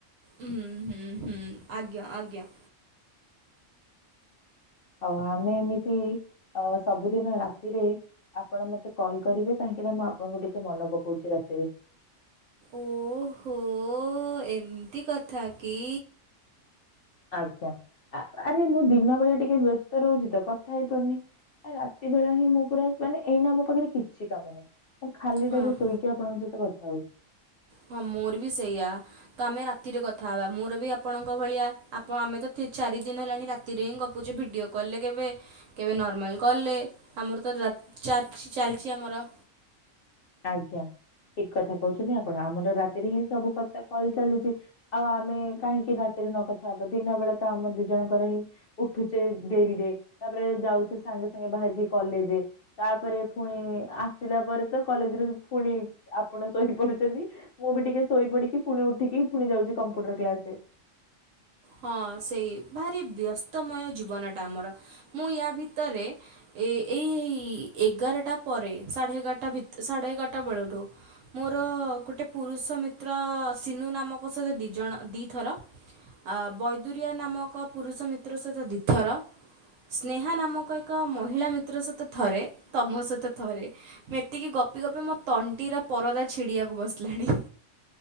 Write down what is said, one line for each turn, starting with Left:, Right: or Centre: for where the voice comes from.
Right: ହୁ ହୁଁ ହୁଁ ଆଜ୍ଞା ଆଜ୍ଞା
Left: ହଉ ଆମେ ଏମିତି ଅ ସବୁଦିନ ରାତିରେ ଆପଣ ମତେ କଲ୍ କରିବେ କାହିଁକି ନା ମୁଁ ଆପଣଙ୍କୁ ଟିକେ ମନେ ପକଉଛି ରାତିରେ
Right: ଓହୋ ଏମିତି କଥା କି
Left: ଆଜ୍ଞା ଆ ଆରେ ମୁଁ ଦିନ ବଳିଆ ଟିକେ ବ୍ୟସ୍ତ ରହୁଛି ତ କଥା ହେଇପାରୁନି ଆ ରାତି ବେଳା ହିଁ ମୁଁ ପୁରା ମାନେ ଏଇନା ମୋ ପାଖରେ କିଛି କାମ ନାହିଁ ମୁଁ ଖାଲି
Right: ହଁ
Left: ଟାରେ ଶୋଇକି ଆପଣଙ୍କ ସହିତ କଥା ହଉଛି
Right: ହଁ ମୋର ବି ସେଇଆ ତ ଆମେ ରାତିରେ କଥା ହବା ମୋର ବି ଆପଣଙ୍କ ଭଳିଆ ଆପ ଆମେ ତ ଠିକ୍ ଚାରି ଦିନ ହେଲାଣି ରାତି ତିରେ ହିଁ ଗପୁଛେ ଭିଡ଼ିଓ କଲେ କେବେ କେବେ ନର୍ମାଲ କଲେ ଆମର ତ ରାଆ ଚାଲି ଚାଲିଛି ଆମର
Left: ଆଜ୍ଞା ଠିକ କଥା କହୁଛନ୍ତି ଆପଣ ଆମର ରାତିରେ ହିଁ ସବୁ କଥା କହିଚଲୁଛି ଆଉ ଆମେ କାହିଁକି ରାତିରେ ନକଥା ହବା ଦିନ ବେଳେ ତ ଆମ ଦି ଜଣଙ୍କର ହିଁ ଉଠୁଛେ ଡେରିରେ ତାପରେ ଯାଉଛେ ସାଙ୍ଗେ ସାଙ୍ଗେ ବାହାରିକି କଲେଜେ ତାପରେ ଫୁଣି ଆସିଲା ପରେ ତ କଲେଜ ରୁ ଫୁଣି ଆପଣ ଶୋଇପଡୁଛନ୍ତି ମୁଁ ବି ଟିକେ ଶୋଇ ପଡିକି ଫୁଣି ଉଠିକି ଫୁଣି ଯାଉଛି କମ୍ପ୍ୟୁଟର କ୍ଲାସ ରେ
Right: ହଁ ସେଇ ଭାରି ବ୍ୟସ୍ତମୟ ଜୀବନଟା ଆମର ମୁଁ ୟା ଭିତରେ ଏ ଏଇଇ ଏଗାରଟା ପରେ ସାଢେ ଏଗାରଟା ଭିତ ସାଢେ ଏଗାରଟା ବେଳଠୁ ମୋର ଗୋଟେ ପୁରୁଷ ମିତ୍ର ସିନୁ ନାମକ ସହିତ ଦିଜଣ ଦିଥର ଆ ବୈଦୁରିଆ ନାମକ ପୁରୁଷ ମିତ୍ର ସହିତ ଦିଥର ସ୍ନେହା ନାମକ ଏକ ମହିଳା ମିତ୍ର ସହିତ ଥରେ ତମ ସହିତ ଥରେ ଏତିକି ଗପି ଗପି ମୋ ତଣ୍ଟିର ପରଦା ଛିଡିବାକୁ ବସିଲାଣି